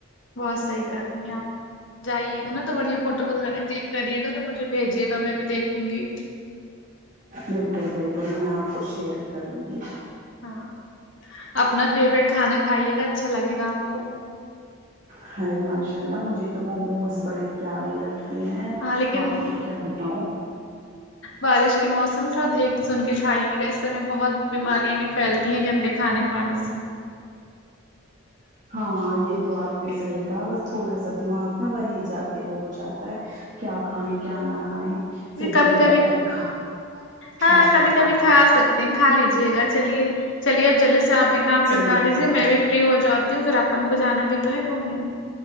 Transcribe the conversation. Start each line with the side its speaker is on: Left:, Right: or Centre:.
Left: بات صحیح کر رہی ہے آپ جائیے گا نا تو بڑھیا فوٹو وغیرہ کلک کریے گا تو مجھے بھیجیےگا میں بھی دیکھوں گی
Right: بالکل بالکل میں آپ کو شیئر کروں گی
Left: ہاں اپنا فیوروریٹ کھانا کھائیے گا اچھا لگے گا آپ کو
Right: ہاے ماشاء اللہ مجھے تو موموز بڑے پیارے لگتے ہیں
Left: ہاں لیکن
Right: آپ کو کیا بتاؤ
Left: بارش کے موسم تھوڑا دیکھ سن کے کھائیے گا اس سمے بہت بیماریاں بھی فیلتی ہیں گندے کھانے پانی سے
Right: ہاں یے تو آپ نے صحیح کہا بس تھوڑا سا دماغ نا وہیں جا کے وہ ہو جاتا ہے کیا کھائیں کیا نہ کھائیں پھر
Left: یے کبھی
Right: دل کرتا
Left: کبھی
Right: ہے ارے کھا
Left: ہاں
Right: بعد
Left: کبھی
Right: کا
Left: کبھی
Right: بعد
Left: کھا
Right: میں
Left: سکت تے کھا لیجے گا چلیے چلیے اب جلدی سے سے آپ بھی کام
Right: چلیے
Left: نپٹا لیجیے
Right: تو پھر
Left: میں بھی فری ہو جاتی ہوں فیر اپن کو جانا بھی تو ہے گھومنے